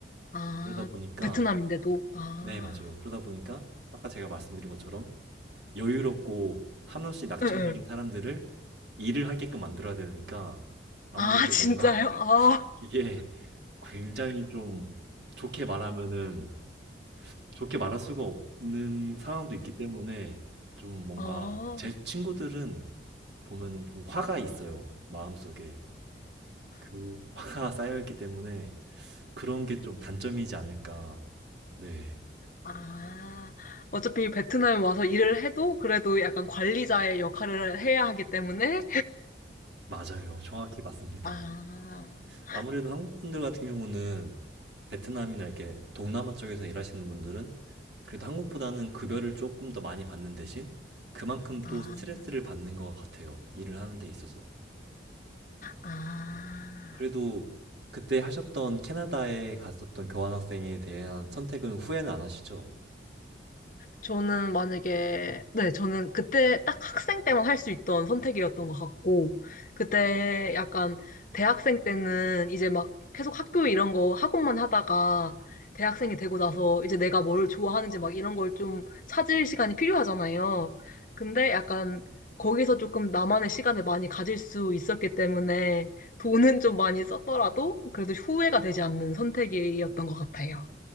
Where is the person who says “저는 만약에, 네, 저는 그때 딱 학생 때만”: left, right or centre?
Left